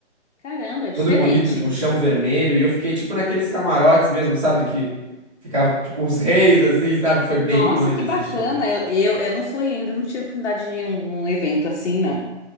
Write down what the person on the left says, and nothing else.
caramba, é diferente.
Nossa,
que
bacana.
Eu, eu, eu não fui ainda, não tive oportunidade de ir em um, um evento assim, não.